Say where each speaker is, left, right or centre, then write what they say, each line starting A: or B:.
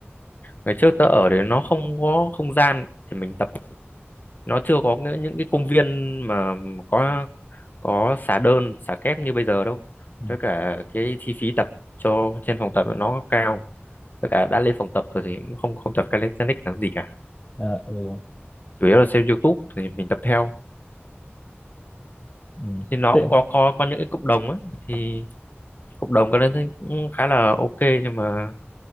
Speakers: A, on the left; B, on the left.
A: ngày trước tớ ở thì nó không có không gian thì mình tập nó chưa có những, những cái công viên mà có có xà đơn xà kép như bây giờ đâu
B: ừ.
A: với cả cái chi phí tập cho trên phòng tập nó cao với cả đã lên phòng tập rồi thì cũng không không tập calisthenics làm gì cả
B: À, ừ. Ừ.
A: chủ yếu là xem YouTube thì mình tập theo
B: Ừ.
A: thì nó
B: Thế,
A: cũng có có có những cái cộng đồng ấy thì cộng đồng calisthenics cũng khá là ok nhưng mà